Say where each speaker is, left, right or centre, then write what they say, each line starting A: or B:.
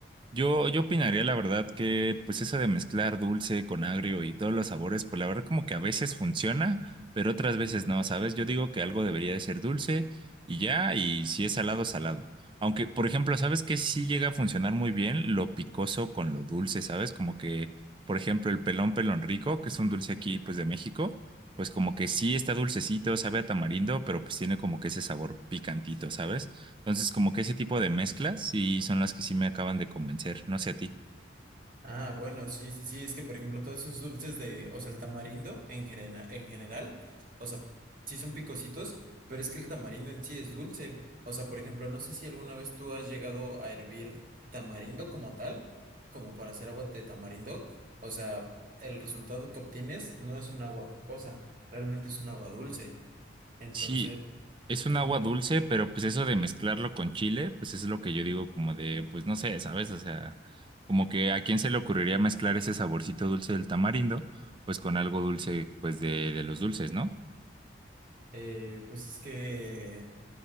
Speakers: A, on the right; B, on the right.
A: yo, yo opinaría la verdad que pues eso de mezclar dulce con agrio y todos los sabores, pues la verdad como que a veces funciona, pero otras veces no, ¿sabes? Yo digo que algo debería de ser dulce y ya, y si es salado, salado. Aunque, por ejemplo, ¿sabes qué? Sí llega a funcionar muy bien lo picoso con lo dulce, ¿sabes? Como que por ejemplo, el pelón pelón rico, que es un dulce aquí, pues de México, pues como que sí está dulcecito, sabe a tamarindo, pero pues tiene como que ese sabor picantito, ¿sabes? Entonces, como que ese tipo de mezclas sí son las que sí me acaban de convencer, no sé a ti.
B: Ah, bueno, sí, sí, sí, es que por ejemplo todos esos dulces de, o sea, el tamarindo en general, en general, o sea, sí son picositos, pero es que el tamarindo en sí es dulce. O sea, por ejemplo, no sé si alguna vez tú has llegado a hervir tamarindo como tal, como para hacer agua de tamarindo. O sea, el resultado que obtienes no es un agua picosa, realmente es un agua dulce. Entonces,
A: Sí, es
B: incluso,
A: un agua dulce, pero pues eso de mezclarlo con chile, pues es lo que yo digo como de, pues no sé, ¿sabes? O sea, como que a quién se le ocurriría mezclar ese saborcito dulce del tamarindo, pues con algo dulce, pues de, de los dulces, ¿no?
B: eh, pues es que